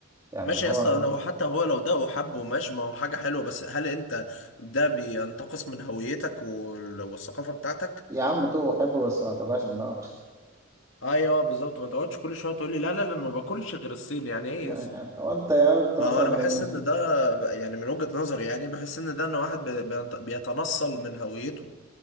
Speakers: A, on the right (about 15°); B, on the left (about 70°).
A: يعني
B: ماشي
A: اللي هو
B: يا اسطى هو حتى هو لو ده وحبه ماشي ما هو حاجه حلوه بس هل انت ده بينتقص من هويتك وال... والثقافه بتاعتك
A: يا عم تو حبه بس ما توجعش دماغك
B: ايوه بالظبط ما تقعدش كل شويه تقول لي لا لا لا انا ما باكلش غير الصين يعني ايه
A: ما
B: يا اسطى
A: <laughs> يعني هو انت يعني انت
B: ما
A: مثلا
B: هو انا
A: من
B: بحس
A: من
B: ان ده يعني من وجهة نظري يعني بحس ان ده ان واحد بي- بينت- بيتنصل من هويته